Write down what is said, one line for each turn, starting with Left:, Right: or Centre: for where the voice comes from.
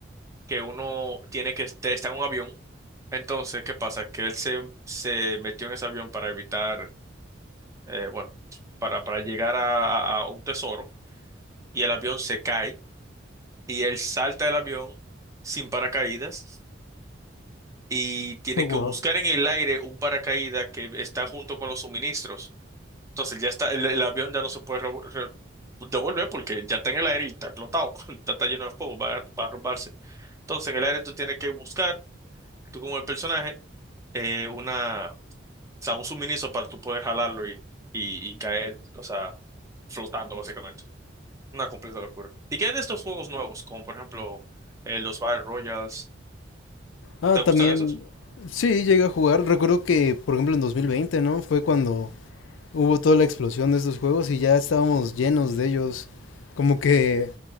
Right: que uno tiene que estar está en un avión. Entonces, ¿qué pasa? Que él se, se metió en ese avión para evitar, eh, bueno, para, para llegar a, a un tesoro y el avión se cae y él salta del avión sin paracaídas y tiene
Left: Oh, wow.
Right: que buscar en el aire un paracaídas que está junto con los suministros. Entonces ya está, el, el avión ya no se puede revo- re- devolver porque ya está en el aire y está explotado, <laughs> está, está lleno de fuego, va, a- va a romperse. Entonces en el aire tú tienes que buscar, tú como el personaje eh, una, o sea, un suministro para tú poder jalarlo y, y, y caer, o sea, flotando básicamente. Una completa locura. ¿Y qué hay de estos juegos nuevos? Como por ejemplo eh, los Battle Royals.
Left: Ah,
Right: ¿Te
Left: también,
Right: gustan esos?
Left: sí, llegué a jugar. Recuerdo que, por ejemplo, en 2020, ¿no? Fue cuando hubo toda la explosión de estos juegos y ya estábamos llenos de ellos. Como que